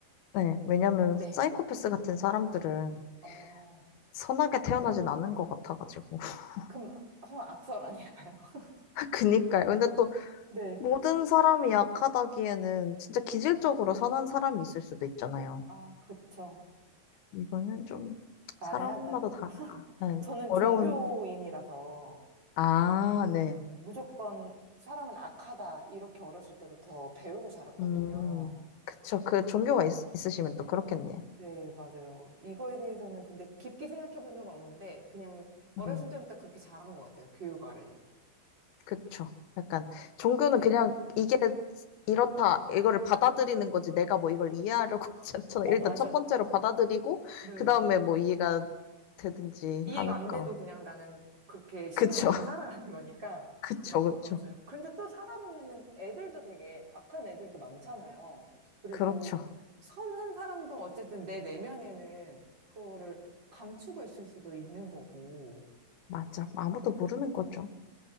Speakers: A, on the left; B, on the right.
A: 네, 왜냐면
B: 네.
A: 사이코패스 같은 사람들은
B: 어,
A: 선하게 태어나진
B: 네.
A: 않은 것 같아가지고 <laughs>
B: 그럼 아- 설마 악설 아닐까요? <laughs>
A: 그니까요. 근데 또
B: 네.
A: 모든 사람이 약하다기에는 진짜 기질적으로 선한 사람이 있을 수도 있잖아요.
B: 아, 그쵸.
A: 이거는 좀
B: 난해하다.
A: 사람마다 다르다. 네,
B: 저는
A: 어려운
B: 종교인이라서
A: 아, 네.
B: 무조건 사람은 악하다 이렇게 어렸을 때부터 배우고 자랐거든요.
A: 음, 그쵸. 그 종교가 있, 있으시면 또 그렇겠네요.
B: 네, 맞아요. 이거에 대해서는 근데 깊게 생각해 본 적은 없는데 그냥 어렸을
A: 음,
B: 때부터 그렇게 자란 것 같아요. 교육 아래.
A: 그쵸. 약간 종교는
B: 네.
A: 그냥 이게 이렇다, 이거를 받아들이는 거지. 내가 뭐 이걸 이해하려고 <laughs> 하지 않잖아.
B: 어,
A: 일단
B: 맞아.
A: 첫 번째로 받아들이고,
B: 음, 네.
A: 그 다음에 뭐 이해가 되든지
B: 이해가
A: 하니까.
B: 안 돼도 그냥 나는 그렇게 신념을
A: 그쵸.
B: 갖고
A: <laughs>
B: 살아가는 거니까.
A: 그쵸.
B: 마,
A: 그쵸.
B: 맞아요. 근데 또 살아보면은 애들도 되게 악한 애들도 많잖아요. 그리고
A: 그렇죠.
B: 선한 사람도 어쨌든 내 내면에는 그거를 감추고 있을 수도 있는 거고.
A: 맞아. 아무도 모르는 거죠.